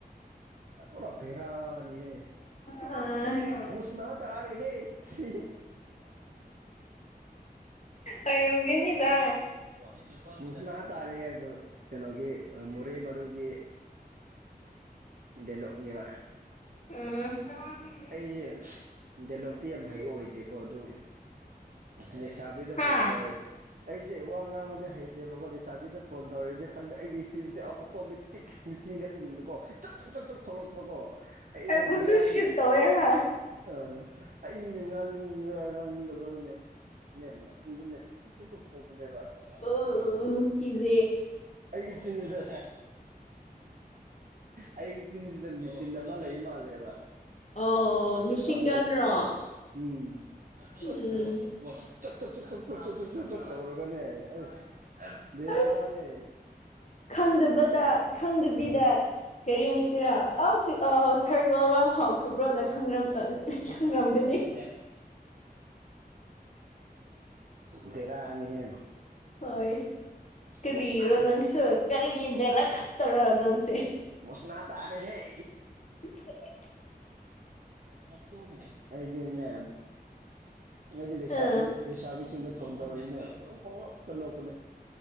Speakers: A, on the right; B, on the left.
A: ꯑꯦ ꯄꯨꯔꯥ ꯕꯦꯔꯥꯅꯤꯍꯦ
B: ꯑ
A: ꯃꯨꯁꯅꯥ ꯇꯥꯔꯦꯍꯦ ꯁꯤ
B: ꯑꯣꯏꯔꯝꯒꯅꯤꯗ
A: <unintelligible> ꯃꯨꯁꯅꯥ ꯇꯥꯔꯦꯍꯦ ꯑꯗꯨ ꯀꯩꯅꯣꯒꯤ ꯃꯣꯔꯦ ꯃꯔꯨꯒꯤ ꯗꯦꯂꯣꯛꯅꯦꯕ
B: ꯎꯝ
A: ꯑꯩꯖꯦ ꯗꯦꯂꯣꯛꯇꯤ ꯌꯥꯝ ꯍꯩꯕ ꯑꯣꯏꯗꯦꯀꯣ ꯑꯗꯨ ꯅꯤꯁꯥꯕꯤꯗ
B: ꯍꯥ
A: ꯐꯣꯟ ꯇꯧꯔꯦ ꯑꯩꯁꯦ ꯋꯥ ꯉꯥꯡꯕꯗꯤ ꯍꯩꯇꯦꯕꯀꯣ ꯂꯩꯁꯥꯕꯤꯗ ꯐꯣꯟ ꯇꯧꯔꯗꯤ ꯈꯪꯗꯦ ꯑꯩꯒꯤ ꯆꯤꯟꯁꯦ ꯑꯣꯇꯣꯃꯦꯇꯤꯛ ꯃꯤꯆꯤꯟꯒꯟꯒꯨꯝꯅꯀꯣ ꯆꯛ ꯆꯛ ꯆꯛ ꯆꯛ ꯊꯣꯛꯂꯛꯄꯀꯣ ꯑꯩ
B: ꯑꯩꯕꯨꯁꯨ
A: ꯗꯤ ꯉꯥꯡꯉ
B: ꯁꯨꯠ ꯇꯧꯋꯦ ꯍꯥ
A: ꯑ ꯑꯩꯅ ꯉꯥꯡꯅꯤꯡꯒ꯭ꯔ ꯉꯥꯡꯅꯤꯡꯗꯕ꯭ꯔ ꯈꯪꯗꯦ ꯅꯦ ꯃꯊꯟꯗꯅꯦ ꯆꯨꯛ ꯆꯨꯞ ꯆꯨꯛ ꯆꯨꯛ ꯊꯣꯛꯄꯅꯦꯕ
B: ꯑꯣ
A: ꯑꯗꯨꯒꯤ
B: ꯀꯤꯖꯩ
A: ꯑꯩꯒꯤ ꯆꯤꯟꯖꯤꯗ ꯑꯩꯒꯤ ꯆꯤꯟꯖꯤꯗ ꯃꯦꯆꯤꯟ ꯑꯃ ꯂꯩ ꯃꯥꯜꯂꯦꯕ
B: ꯑꯣ
A: ꯑꯁ
B: ꯃꯤꯁꯤꯡꯒꯟꯔꯣ
A: ꯈꯪꯗꯦ ꯎꯝ ꯑꯁ
B: ꯎꯝ
A: ꯆꯛ ꯆꯛ ꯆꯛ ꯆꯛ ꯆꯛ ꯆꯛ ꯆꯛ ꯆꯛ ꯆꯛ ꯇꯧꯔꯒꯅꯦ ꯑꯁ ꯕꯦꯔꯥꯅꯦ
B: ꯑꯁ ꯈꯪꯗꯕꯗ ꯈꯪꯗꯕꯤꯗ ꯀꯔꯤ ꯍꯥꯏꯁꯤꯔꯥ ꯑꯥꯎꯁꯤ ꯑꯥ ꯊ꯭ꯔꯠ ꯋꯥꯔꯜ ꯋꯥꯔ ꯍꯥꯎꯈ꯭ꯔꯕ꯭ꯔꯣꯅ ꯈꯪꯔꯝ ꯑꯪ ꯈꯪꯔꯝꯒꯅꯤ
A: ꯑ ꯕꯦꯔꯥꯅꯤꯍꯦ
B: ꯍꯣꯏ ꯀꯔꯤꯔꯣ
A: ꯃꯨꯁꯅꯥ
B: ꯅꯪꯁꯨ ꯀꯔꯤꯒꯤ ꯕꯦꯔꯥ ꯈꯛꯇꯔ ꯅꯪꯁꯦ
A: ꯃꯨꯁꯅꯥ ꯇꯥꯔꯦꯍꯦ
B: <unintelligible>
A: ꯑꯇꯣꯝ ꯍꯦ ꯑꯩ ꯌꯤꯅꯦꯝ ꯑꯩꯗꯤ ꯂꯩꯁꯥꯕꯤꯗ
B: ꯑ
A: ꯂꯩꯁꯥꯕꯤꯁꯤꯡꯗ ꯐꯣꯟ ꯇꯧꯔꯤꯅꯦ ꯑꯗꯨꯝ ꯄꯪꯅꯣꯛꯇ ꯅꯣꯛꯄꯅꯦ